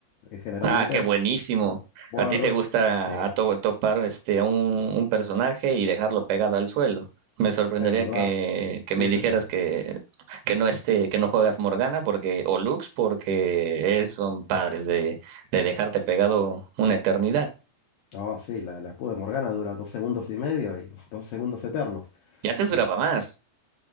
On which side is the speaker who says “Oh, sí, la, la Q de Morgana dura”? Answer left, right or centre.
Left